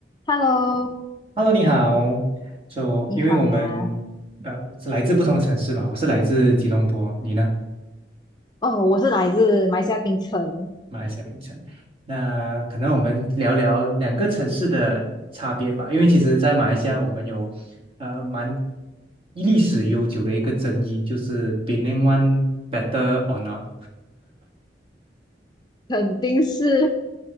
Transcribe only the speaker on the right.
Hello，你好。就因为我们呃是来自不同的城市嘛，
我是来自吉隆坡，你呢？
马来西亚槟城。那可能我们聊聊两个城市的差别吧，因为其实，在马来西亚我们有呃蛮历史悠久的一个争议，就是 p e n n g One better or not。